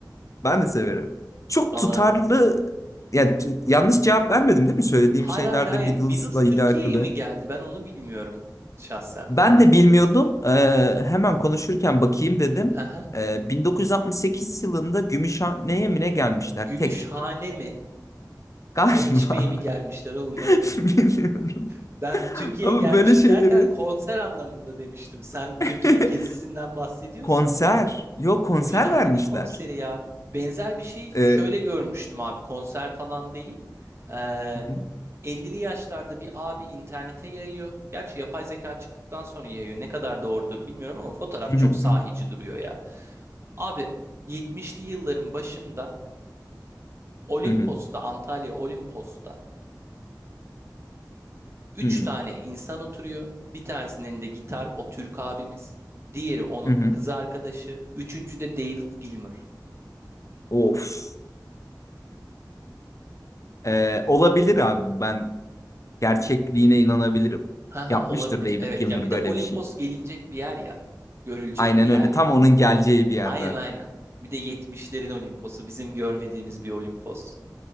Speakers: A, on the left; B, on the right.
A: Ben de severim. Çok
B: Valla
A: tutarlı. Ya, yanlış cevap vermedim değil mi? Söylediğim
B: hayır
A: şeyler
B: hayır hayır
A: de Beatles'la
B: Beatles
A: alakalı.
B: Türkiye'ye mi geldi ben onu bilmiyorum şahsen.
A: Ben de bilmiyordum. Ee, hemen konuşurken bakayım dedim.
B: Hı hı.
A: Ee, 1968 yılında Gümüşhane'ye mi ne gelmişler?
B: Gümüşhane
A: Tek.
B: mi?
A: Galiba.
B: Çay içmeye mi gelmişler oğlum
A: <laughs>
B: hani
A: Bilmiyorum.
B: ben Türkiye'ye
A: Ama
B: gelmiş
A: böyle şeyleri.
B: mi derken konser anlamında demiştim. Sen Türkiye
A: <laughs>
B: gezisinden bahsediyorsan.
A: Konser. Yok konser
B: Gümüşhane
A: vermişler.
B: ne konseri ya? Benzer bir şey
A: Ee,
B: şöyle görmüştüm abi konser falan değil. Ee,
A: Hı hı.
B: 50'li yaşlarda bir abi internete yayıyor. Gerçi yapay zeka çıktıktan sonra yayıyor. Ne kadar doğrudur bilmiyorum ama fotoğraf
A: Hı
B: çok
A: hı.
B: sahici duruyor ya. Abi 70'li yılların başında Olimpos'ta,
A: Hı hı.
B: Antalya Olimpos'ta üç
A: Hı hı.
B: tane insan oturuyor. Bir tanesinin elinde gitar, o Türk abimiz. Diğeri onun
A: Hı hı.
B: kız arkadaşı. Üçüncü de David Gilmour.
A: Of. Ee, olabilir abi. Ben gerçekliğine inanabilirim.
B: Haha
A: Yapmıştır
B: olabilir.
A: David
B: Evet
A: Gilmour
B: ya bir
A: böyle
B: de Olimpos
A: bir şey.
B: gelinecek bir yer ya. Görülecek
A: Aynen
B: bir yer
A: öyle.
B: ya.
A: Tam onun geleceği bir yer
B: Aynen
A: zaten.
B: aynen. Bir de 70'lerin Olimpos'u bizim görmediğimiz bir Olimpos.